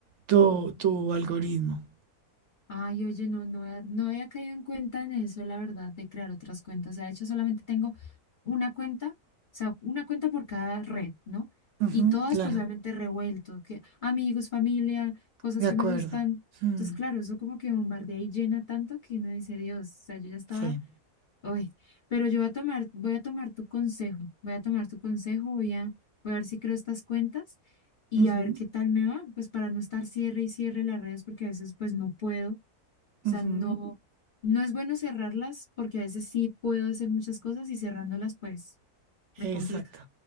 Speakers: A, on the right; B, on the left.
A: tu, tu algoritmo.
B: Ay, oye, no, no, he- no había caído en cuenta en eso, la verdad, de crear otras cuentas. O sea, de hecho, solamente tengo una cuenta, o sea, una cuenta por cada red, ¿no?
A: Ujú,
B: Y todas,
A: claro,
B: pues, obviamente revuelto, que amigos, familia, cosas
A: de
B: que
A: acuerdo.
B: me gustan.
A: Mm,
B: Entonces, claro, eso como que bombardea y llena tanto que uno dice, Dios, o sea, yo ya estaba,
A: sí.
B: uy, pero yo voy a tomar, voy a tomar tu consejo, voy a tomar tu consejo, voy a, voy a ver si creo estas cuentas y
A: Ujú,
B: a ver qué tal me va, pues, para no estar cierre y cierre las redes, porque a veces, pues, no puedo sea,
A: ujú.
B: no, no es bueno cerrarlas porque a veces sí puedo hacer muchas cosas y cerrándolas pues me
A: Exacto,
B: complica.